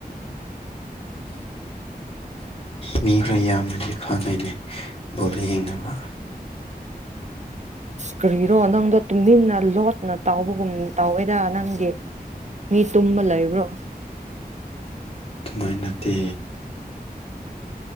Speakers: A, on the left; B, on the right.
A: ꯃꯤ ꯈꯔ ꯌꯥꯝꯅꯗꯤ ꯐꯥ ꯂꯩꯅꯩ ꯕꯣꯠ ꯌꯦꯡꯅꯕ
B: ꯀꯔꯤꯔꯣ ꯅꯪꯗꯣ ꯇꯨꯃꯤꯟꯅ ꯂꯣꯠꯅ ꯇꯥꯎꯕꯒꯨꯝ ꯇꯧꯋꯦꯗ ꯅꯪꯒꯤ ꯃꯤ ꯇꯨꯝꯕ ꯂꯩꯕ꯭ꯔꯣ
A: ꯑꯗꯨꯃꯥꯏ ꯅꯠꯇꯦ